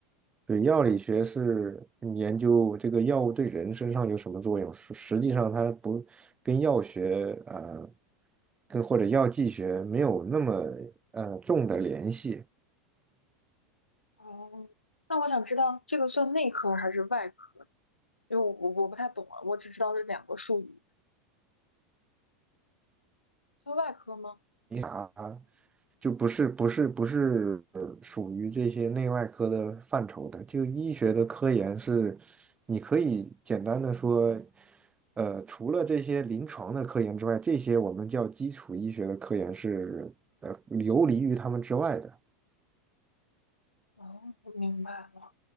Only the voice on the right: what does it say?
对，药理学是研究这个药物对人身上有什么作用，实实际上它不跟药学啊呃，跟或者药剂学没有那么呃重的联系，
你就不是不是不是呃属于这些内外科的范畴的。就医学的科研是，你可以简单的说，呃，除了这些临床的科研之外，这些我们叫基础医学的科研是呃游离于他们之外的。